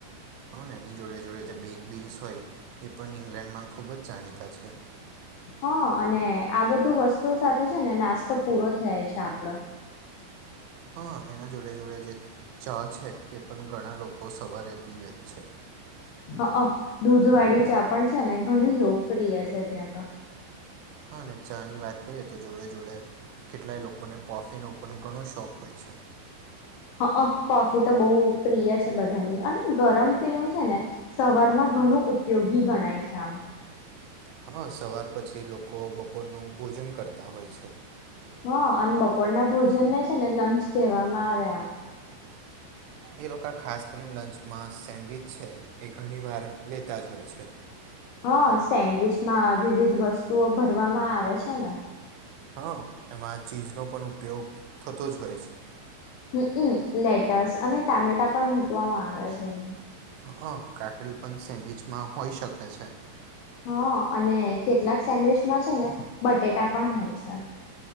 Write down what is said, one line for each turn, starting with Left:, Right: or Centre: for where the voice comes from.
Right: હા એની જોડે જોડે જે બેક બીન્સ હોય એ પણ ઈંગ્લેન્ડમાં ખૂબ જ જાણીતા છે
Left: હા અને આ બધું વસ્તુ સાથે છે ને નાસ્તો પૂરો થયાાય છે આપણો
Right: હા એના જોડે જોડે જે ચા છે એ પણ ઘણા લોકો સવારે પીવે જ છે
Left: હ હ દૂધ વાળી ચા પણ છે ને ઘણી લોકપ્રિય છે ત્યાં તો
Right: હા અને ચા ની વાત કરીએ તો જોડે જોડે કેટલાય લોકોને કોફી નો પણ ઘણો શોખ હોય છે
Left: <inaudible> હં કોફી તો બહુ પ્રિય છે બધાની અને ગરમ પીણું છે ને સવાર માં ઘણું ઉપયોગી ગણાય છે આમ
Right: હા સવાર પછી લોકો બપોરનુંભોજન કરતા હોય છે
Left: હા અને બપોરના ભોજન ને છે ને લંચ કહેવામાં આવે આમ
Right: એ લોકો ખાસ કરીને લંચમાં સેન્ડવિચ છે એ ઘણી વાર લેતા જ હોય છે
Left: હા સેન્ડવીચમાં વિવિધ વસ્તુઓ ભરવામાં આવે છે ને
Right: હા એમાં ચીઝનો પણ ઉપયોગ થતો જ હોય છે
Left: હુ લેટસ અને ટામેટા પણ મુકવામાં આવે છે એમાં
Right: હં કાકડી પણ સેન્ડવીચમાં હોઈ શકે છે
Left: હા અને કેટલાક સેન્ડવીચમાં છે ને બટેટા પણ હોય છે